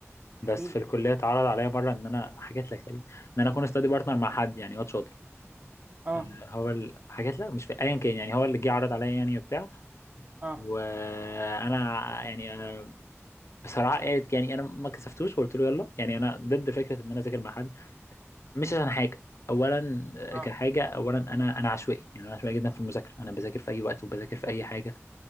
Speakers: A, on the left; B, on the right.
A: بس
B: احكي
A: في
B: لي
A: الكليه اتعرض عليا مره ان انا حكيت لك تقريبا ان انا اكون استادي بارتنر مع حد يعني واد شاطر
B: اه
A: آه هو ال- حكيت لك مش في ايا كان يعني هو اللي جه عرض عليا يعني وبتاع
B: اه
A: وانا يعني آه، بصراحه يعني انا ما كسفتوش وقلت له يلا يعني انا ضد فكره ان انا اذاكر مع حد مش عشان حاجة أولا آه،
B: اه
A: كحاجة أولا أنا أنا عشوائي يعني أنا عشوائي جدا في المذاكرة أنا بذاكر في أي وقت وبذاكر في أي حاجة